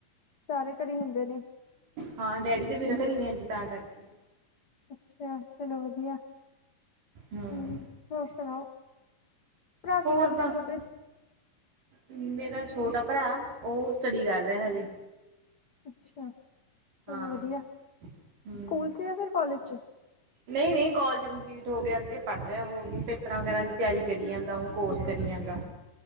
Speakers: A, on the left; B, on the right.
A: ਸਾਰੇ ਘਰੇ ਹੁੰਦੇ ਨੇ
B: ਹਾਂ ਡੈਡੀ ਵੀ
A: ਹੂੰ।
B: ਰੱਖਦੀ ਤਾਂ <inaudible> ਕਰ ਕੀ
A: ਅੱਛਾ ਚਲੋ ਵਧੀਆ ਹੂੰ,
B: ਹਮ
A: ਹੋਰ ਸੁਣਾਓ ਭਰਾ ਕੀ
B: ਹੋਰ
A: ਕਰਦੇ
B: ਬਸ
A: ਆ ਤੁਹਾਡੇ?
B: ਮੇਰਾ ਛੋਟਾ ਭਰਾ ਉਹ ਸਟੱਡੀ ਕਰ ਰਿਹਾ ਹਜੇ।
A: ਅੱਛਾ। ਚਲੋ
B: ਹਾਂ
A: ਵਧੀਆ
B: ਹਮ
A: ਸਕੂਲ ਚ ਜਾਂ ਫਿਰ ਕਾਲਜ ਚ।
B: ਨਹੀਂ ਨਹੀਂ ਕੋਲਜ ਕੰਪਲੀਟ ਹੋ ਗਿਆ ਅੱਗੇ ਪੜ੍ਹ ਰਿਹਾ ੳਹ ਪੇਪਰਾਂ ਵਗੈਰਾ ਦੀ ਤਿਆਰੀ ਕਰੀ ਜਾਂਦਾ ਹ ਕੋਰਸ ਕਰੀ ਜਾਂਦਾ।